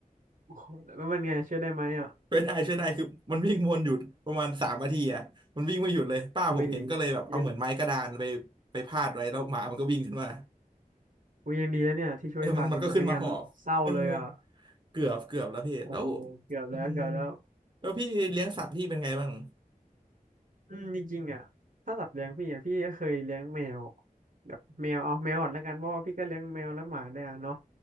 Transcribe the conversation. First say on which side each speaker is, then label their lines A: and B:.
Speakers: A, on the right (about 65°); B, on the right (about 35°).
A: โอ้โหแล้วเป็นไงช่วยได้ไหมอ่ะ
B: ช่วยได้ช่วยได้คือมันวิ่งวนหยุดประมาณสามนาทีอ่ะมันวิ่งไม่หยุดเลยป้าผมเห็นก็เลยแบบเอาเหมือนไม้กระดานไป
A: อุ้ยยัง
B: ไปพาดไว้แล้วหมามันก็วิ่งขึ้นมา
A: อุ้ยยังดีแล้วเนี่ยที่ช่วยทันโอ้ไม่งั้นเศร้าเลยอ่ะ
B: เออมันมันก็ขึ้นมาหอบเออเกือบเกือบแล้วพี่แล้ว
A: โอ้เกือบแล้วเกือบแล้ว
B: อืมแล้วพี่เลี้ยงสัตว์พี่เป็นไงบ้าง
A: อืมจริงๆอ่ะถ้าสัตว์เลี้ยงพี่อ่ะพี่ก็เคยเลี้ยงแมวแบบแมวเอาแมวก่อนแล้วกันเพราะว่าพี่ก็เลี้ยงแมวและหมาได้อะเนาะ